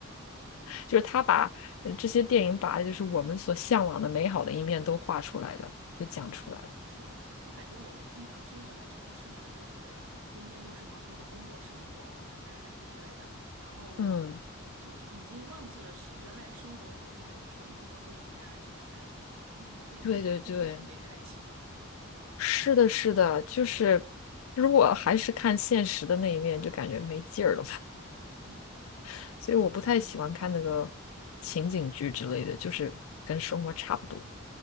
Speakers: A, on the left; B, on the right.
A: 就是他把呃这些电影把就是我们所向往的美好的一面都画出来了，都讲出来了。
B: 嗯，是的，就感觉我们经常生活在城市嘛，就是天天都是忙碌的工作、生活或者带孩子之类的，然后
A: 嗯，
B: 就是已经忘记了是原来生活就是有淳朴的这一面啊，就是嗯，所以看这种电影就特别开心。
A: 对对对，是的，是的，就是如果还是看现实的那一面，就感觉没劲儿了吧。
B: 嗯
A: <laughs> 所以我不太喜欢看那个情景剧之类的，就是跟生活差不多。